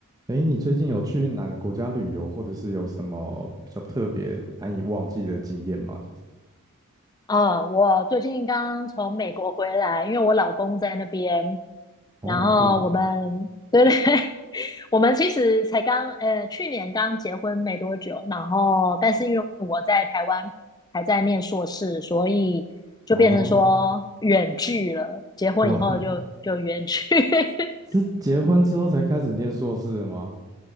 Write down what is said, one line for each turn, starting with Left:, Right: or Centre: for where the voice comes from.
Right: 诶，你最近有去哪个国家旅游，或者是有什么比较特别难以忘记的经验吗？就是
Left: 啊，我最近刚从美国回来，因为我老公在那边，
Right: 哦，
Left: 然后我们，
Right: 酷，
Left: 对对，<laughs> 我们其实才刚，呃，去年刚结婚没多久，然后但是因为我在台湾还在念硕士，所以就变成说远距了，
Right: 哦，
Left: 结婚以后就就远距。
Right: 哇，<laughs>
Left: <laughs>
Right: 是结婚之后才开始念硕士的吗？